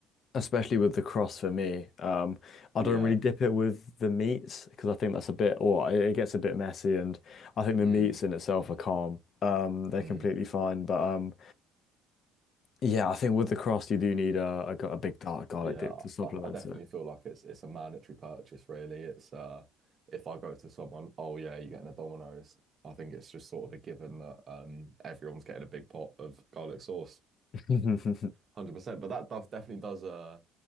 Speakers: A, on the left; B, on the right.
A: especially with the cross for me. Um, I
B: yeah,
A: don't really dip it with the meats because I think that's a bit, or it it gets a bit messy, and I think the
B: mm,
A: meats in itself are calm. Um, they're
B: mm,
A: completely fine, but um, yeah, I think with the cross you do need a, a, a big dark garlic
B: yeah.
A: dip to supplement
B: I, I definitely feel like it's it's a mandatory purchase, really. It's uh, if I go to someone, oh yeah, you're getting a Domino's. I think it's just sort of a given that um, everyone's getting a big pot of garlic sauce.
A: it. <laughs>
B: Hundred percent, but that does definitely does uh